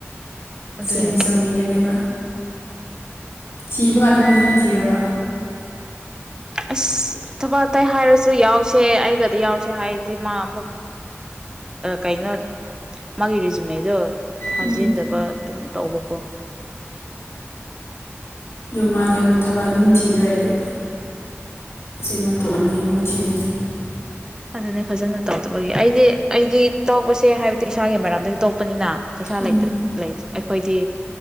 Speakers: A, on the right; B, on the left.
A: ꯑꯗꯨꯅꯦ
B: ꯆꯦꯟꯖ ꯇꯧꯅꯤꯡꯒꯅꯦꯕ ꯊꯤꯕ ꯀꯥꯟꯗ ꯐꯖꯅ ꯊꯤꯔꯕ
A: ꯑꯁ ꯊꯕꯛ ꯑꯇꯥꯏ ꯍꯥꯏꯔꯁꯨ ꯌꯥꯎꯁꯦ ꯑꯩꯒꯗꯤ ꯌꯥꯎꯁꯦ ꯍꯥꯏꯔꯗꯤ ꯃꯥ ꯑꯃꯨꯛ ꯀꯩꯅꯣ ꯃꯥꯒꯤ ꯔꯤꯖꯨꯃꯦꯗꯣ ꯊꯥꯖꯤꯟꯗꯕ
B: ꯎꯝ
A: ꯑꯗꯨꯝ ꯇꯧꯕꯀꯣ
B: ꯑ ꯃꯥꯗꯤ ꯑꯃꯨꯣꯠ ꯊꯕ ꯑꯗꯨꯝ ꯊꯤꯕ ꯂꯩꯇꯦꯕ ꯁꯃꯇꯣ ꯑꯅꯤ <unintelligible>
A: ꯑꯗꯨꯅꯦ ꯐꯖꯅ ꯇꯧꯗꯕꯒꯤ ꯑꯩꯗꯤ ꯑꯩꯗꯤ ꯇꯧꯕꯁꯦ ꯍꯥꯏꯕꯗꯤ ꯏꯁꯥꯒꯤ ꯃꯔꯝꯗꯗꯤ ꯇꯣꯛꯄꯅꯤꯅ ꯄꯩꯁꯥ
B: ꯎꯝ
A: ꯂꯩꯇ ꯂꯩ ꯑꯩꯈꯣꯏꯗꯤ